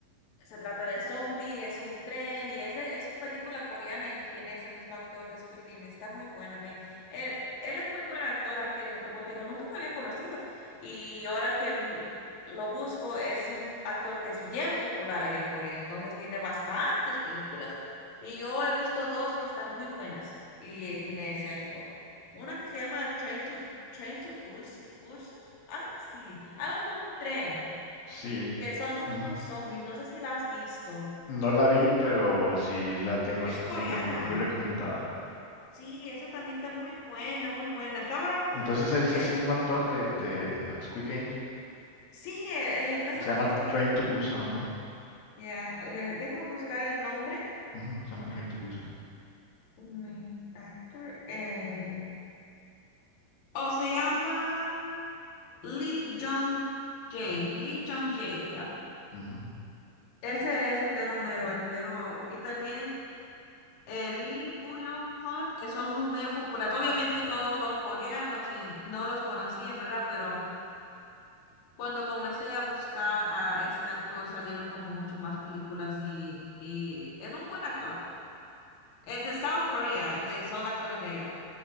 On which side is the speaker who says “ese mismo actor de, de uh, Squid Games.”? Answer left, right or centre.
Left